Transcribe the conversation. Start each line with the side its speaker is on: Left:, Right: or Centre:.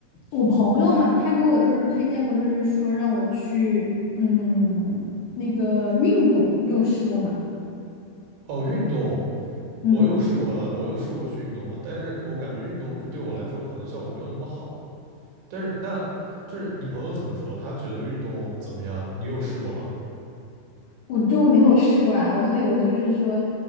Left: 我朋友嘛，他给我就是推荐过，就是说让我去嗯那个运动，你有试过吗？
Right: 哦，运动
Left: 嗯。
Right: 我有试过的，我有试过去运动的，但是我感觉运动就对我来说可能效果没有那么好。但是那就是你朋友怎么说？他觉得运动怎么样？你有试过吗？
Left: 我就没有试过啊，我所以我就是说，